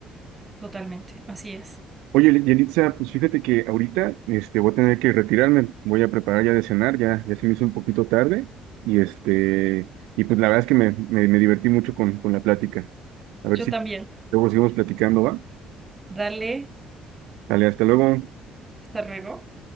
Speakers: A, on the right; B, on the right.
A: totalmente. Así es.
B: Oye, Yelitza, pues fíjate que ahorita este, voy a tener que retirarme, voy a preparar ya de cenar, ya, ya se me hizo un poquito tarde y este, y pues la verdad es que me, me, me divertí mucho con, con la plática. A ver
A: Yo
B: si
A: también.
B: luego seguimos platicando, ¿va?
A: Dale,
B: Dale, hasta luego.
A: hasta luego.